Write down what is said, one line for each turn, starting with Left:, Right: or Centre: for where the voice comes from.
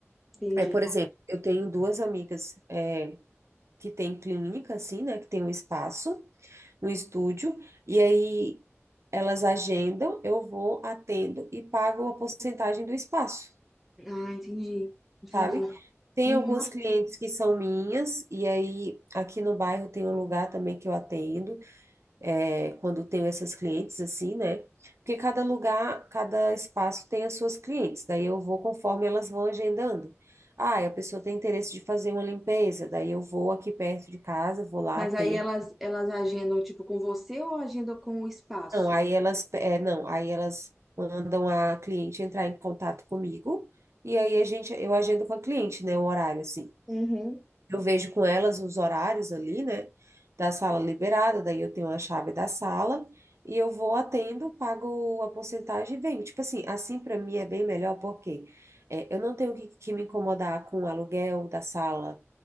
Centre: entendi.
Right: É, por exemplo, eu tenho duas amigas é, que têm clínica, assim, né? Que tem um espaço, um estúdio, e aí elas agendam, eu vou, atendo e pago a porcentagem do espaço,
Centre: Ah, entendi, entendi.
Right: sabe? Tem
Centre: Uhum.
Right: algumas clientes que são minhas, e aí aqui no bairro tem um lugar também que eu atendo. é, quando tenho essas clientes assim, né? Porque cada lugar, cada espaço tem as suas clientes, daí eu vou conforme elas vão agendando. Ah, e a pessoa tem interesse de fazer uma limpeza, daí eu vou aqui perto de casa, vou lá,
Centre: Mas
Right: atendo.
Centre: aí elas, elas agendam, tipo, com você ou agendam com o espaço?
Right: Não, aí elas, é, não, aí elas mandam a cliente entrar em contato comigo, e aí a gente, eu agendo com a cliente, né, o horário, assim.
Centre: Uhum.
Right: Eu vejo com elas os horários ali, né? Da sala liberada, daí eu tenho a chave da sala e eu vou atendo, pago a porcentagem e venho. Tipo assim, assim para mim é bem melhor porque é, eu não tenho que, que me incomodar com o aluguel da sala,